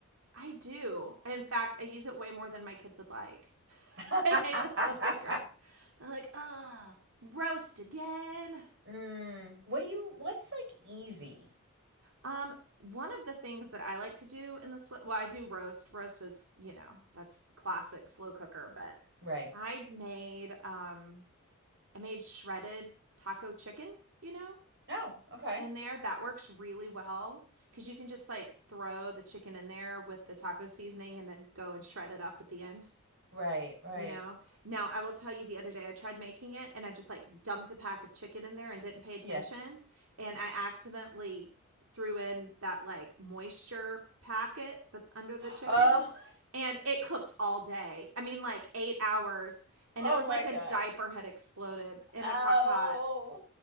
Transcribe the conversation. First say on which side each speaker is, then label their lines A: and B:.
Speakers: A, on the right; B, on the right.
A: I do. In fact, I use it way more than my kids would like. <laughs>
B: <laughs>
A: they hate the slow cooker. They're like, ugh, roast again.
B: Mm, what do you, what's like easy?
A: Um, one of the things that I like to do in the slow, well, I do roast. Roast is, you know, that's classic slow cooker. But
B: Right.
A: I made, um, I made shredded taco chicken. You know,
B: Oh, okay.
A: in there that works really well because you can just like throw the chicken in there with the taco seasoning and then go and shred it up at the end.
B: Right, right.
A: you know now i will tell you the other day i tried making it and i just like dumped a pack of chicken in there and didn't pay attention
B: Yeah.
A: and i accidentally threw in that like moisture packet that's under
B: <gasps>
A: the chicken
B: Oh,
A: and it cooked all day i mean like eight hours
B: <laughs>
A: and
B: oh
A: it was
B: my
A: like
B: gosh.
A: a diaper had exploded in
B: Oh,
A: the crock pot